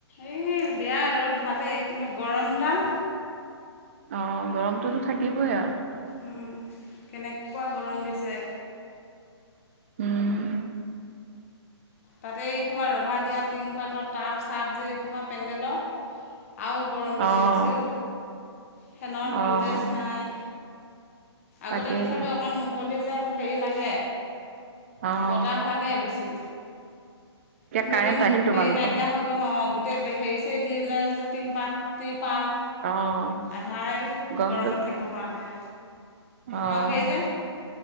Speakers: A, on the left; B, on the right.
A: এই বেয়া ৰ'দ ভালেই, কিন্তু গৰমডাল।
B: অঁ গৰমটোতো থাকিবই আৰু।
A: উম কেনেকুৱা গৰম দিছে।
B: উম।
A: তাতে এইসোবা ৰভা দিয়া টিং পাতৰ টাব চাব যে এইসোবা পেণ্ডেলৰ আৰু গৰম বেছি
B: অঁ
A: হৈছেও, ফেনৰ ভল্টেজ
B: অঁ
A: নাই।
B: তাকেই
A: আগতে তথাপি অকণ মুকলি যে হেৰি লাগ।
B: অঁ
A: বতাহ লাগে বেছি। কিন্তু
B: কাৰেণ্ট
A: এতিয়া
B: আহিল
A: হেৰি
B: তোমালোকৰ
A: নাইকিয়া হৈ গ'ল অ গোটেই হেৰি সেই দিলা যে তিন পাত টি পাল
B: অঁ
A: আধাই
B: গৰমটো
A: গৰমত থাকিব পৰা নাই।
B: অঁ
A: আৰু সেই যে